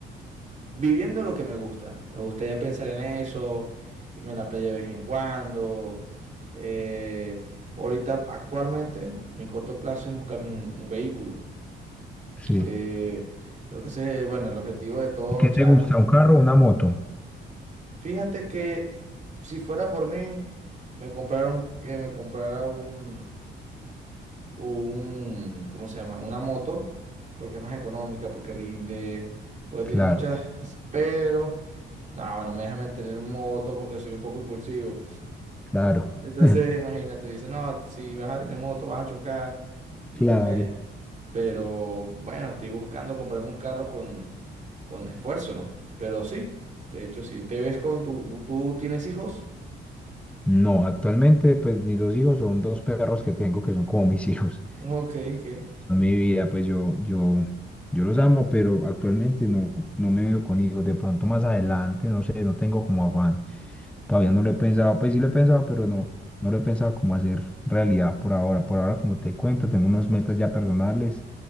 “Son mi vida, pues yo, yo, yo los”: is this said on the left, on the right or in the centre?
Centre